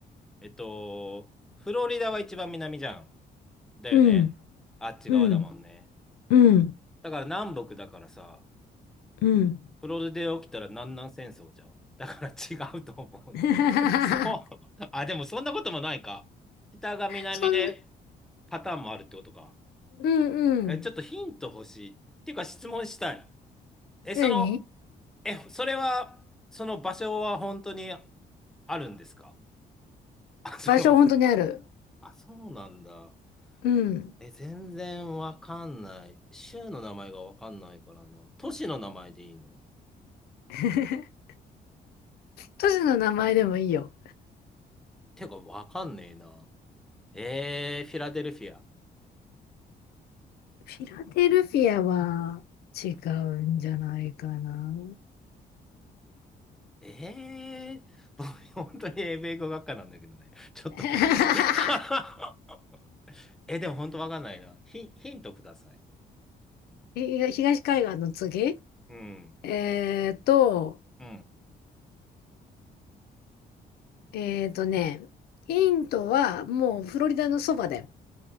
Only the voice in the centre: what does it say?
えっと、フロリダは一番南じゃん。だよね。
あっち側だもんね。
だから南北だからさ、
プロリダで起きたら南南戦争じゃん。<laughs> だから違うと思うのね。
<laughs> そう。あ、でもそんなこともないか。北が南で
パターンもあるってことか。
え、ちょっとヒント欲しい。っていうか質問したい。え、その、
え、それは、その場所は本当にあるんですかあ、その、
あ、そうなんだ。
え、全然わかんない。州の名前がわかんないからな。都市の名前でいいの
てかわかんねえな。えー、フィラデルフィア。
ええー <laughs> 僕、本当に英米語学科なんだけどね。ちょっと待ってね。
<laughs> え、でも本当わかんないな。ヒン、ヒントください。
うん。
うん。